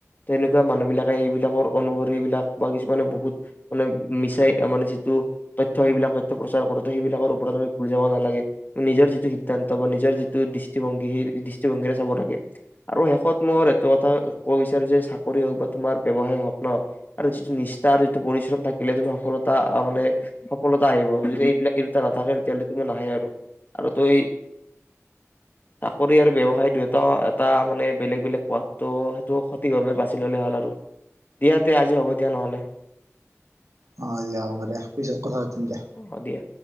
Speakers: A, on the left; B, on the right.
A: তেনেকুৱা মানুহবিলাকে এইবিলাকৰ অনুসৰি এইবিলাক বা কিছুমানে বহুত মানে মিছাই মানে যিটো তথ্য সেইবিলাক স প্ৰচাৰ কৰোতে সেইবিলাকৰ ওপৰত আমি ভুল যাব নালাগে নিজৰ যিটো সিদ্ধান্ত বা নিজৰ যিটো দৃষ্টিভংগী সেই দৃষ্টিভংগীৰে চাব লাগে আৰু শেষত মোৰ এইটো কথা কব বিচাৰো যে চাকৰি হওঁক বা তোমাৰ ব্যৱসায় হওঁক ন আৰু যিটো নিষ্ঠা আৰু এইটো পৰিশ্ৰম থাকিলে তুমি সফলতা মানে সফলতা আহিব যদি এইবিলাক এই দুটা নাথাকে তেতিয়ালৈকে তোমা নাহে আৰু আৰু তই চাকৰি আৰু ব্যৱসায় দুয়োটা এটা মানে বেলেগ বেলেগ পথটো সেইটো সঠিকভাৱে বাছি ললে হ'ল আৰু দিয়া তে আজি হ'ব দিয়া নহ'লে
B: অ আজি হ'ব দিয়া পিছত কথা পাতিম দিয়া
A: অঁ দিয়া